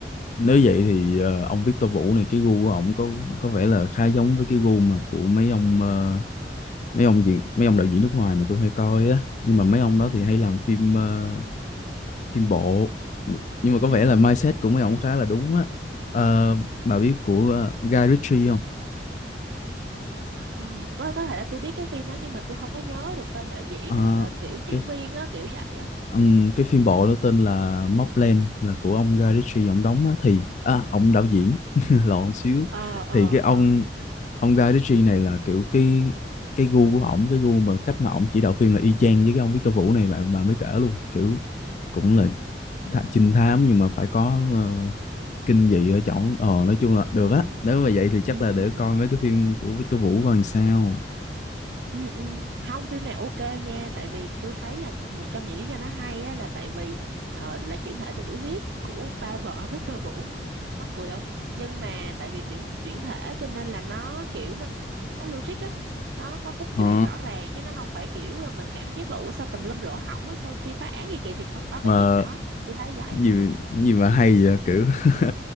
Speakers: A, on the left; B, on the right.
A: nếu vậy thì ờ, ông Victor Vũ này cái gu của ổng có có vẻ là khá giống với cái gu mà của mấy ông ờ, mấy ông diễn mấy ông đạo diễn nước ngoài mà tôi hay coi á. Nhưng mà mấy ông
B: ừ
A: đó thì hay làm phim ờ, phim bộ Nh- nhưng mà có
B: ừ
A: vẻ là mindset của mấy ông khá là đúng á Ờ, bà biết của ờ, Guy Ritchie không
B: không có có thể là tôi biết cái phim đó nhưng mà tôi không có nhớ được tên đạo diễn
A: Ờ,
B: hoặc là tiểu diễn
A: cái
B: viên á kiểu vậy á
A: ừm, cái phim bộ đó tên là Mobland là của ông Guy Ritchie ông đóng á thì à, ông đạo diễn <laughs> lộn xíu
B: ờ ờ
A: thì cái ông
B: ờ
A: ông Guy Ritchie này là kiểu cái cái gu của ổng cái gu mà cách mà ổng chỉ đạo phim là y chang với cái ông Victor Vũ này bạn bà mới kể luôn kiểu
B: ừ
A: cũng là tha- trinh thám nhưng mà phải có ờ, kinh dị ở trỏng ờ nói chung là
B: ừ
A: được á nếu mà vậy thì chắc
B: ừ
A: là để
B: ừ ừ.
A: coi mấy cái phim của Victor Vũ coi làm sao
B: Ừ, ừ. Không phim này ok nha tại vì tôi thấy là một trong những lý do nó hay á, là tại vì ờ, là chuyển thể từ tiểu thuyết của ba vợ <laughs> Victor Vũ mắc cười không nhưng mà tại vì chuyển chuyển thể cho nên là nó kiểu nó, nó logic á nó có cốt
A: ờ
B: truyện rõ ràng chứ nó không phải kiểu là mình cảm giác là ủa sao tùm lum lỗ hổng á sao phim phá án gì kỳ thì không có cái
A: mà
B: chuyện đó tôi thấy vậy
A: gì
B: ờ
A: gì mà hay vậy kiểu <laughs>